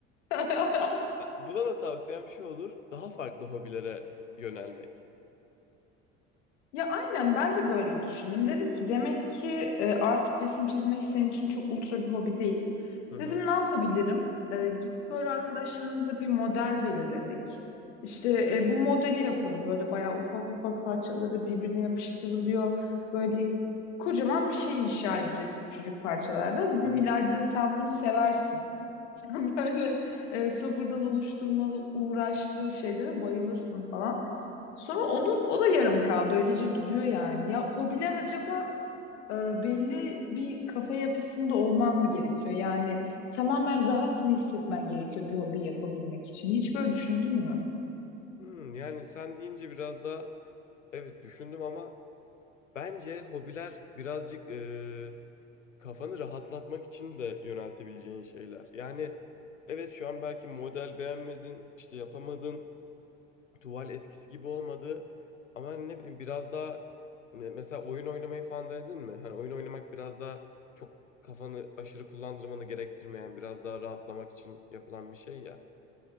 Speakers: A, on the left; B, on the left.
A: <laughs>
B: Ha, Buna da tavsiyem şu olur. Daha farklı hobilere yönelmek.
A: Ya aynen ben de böyle düşündüm. Dedim ki demek ki e, artık resim çizmek senin için çok ultra bir hobi değil.
B: Hı
A: Dedim
B: hı.
A: ne yapabilirim? E, gidip böyle arkadaşlarımıza bir model belirledik. İşte e, bu modeli yapalım. Böyle bayağı ufak ufak parçaları birbirine yapıştırılıyor. Böyle kocaman bir şey inşa edeceğiz küçücük parçalardan. Dedim
B: Hı hı.
A: İlayda sen bunu seversin. <laughs> Böyle e, sıfırdan oluşturmalı uğraşlı şeylere bayılırsın falan. Sonra onun o da yarım kaldı. Öylece duruyor yani. Ya hobiler acaba e, belli bir kafa yapısında olman mı gerekiyor? Yani tamamen rahat mı hissetmen gerekiyor bir hobi yapabilmek için? Hiç böyle düşündün mü?
B: Hmm, yani sen deyince biraz daha evet düşündüm ama Bence hobiler birazcık e, kafanı rahatlatmak için de yöneltebileceğin şeyler. Yani evet şu an belki model beğenmedin, işte yapamadın, tuval eskisi gibi olmadı. Ama hani ne bileyim biraz daha ne- mesela oyun oynamayı falan denedin mi? Hani oyun oynamak biraz daha çok kafanı aşırı kullandırmanı gerektirmeyen, biraz daha rahatlamak için yapılan bir şey ya.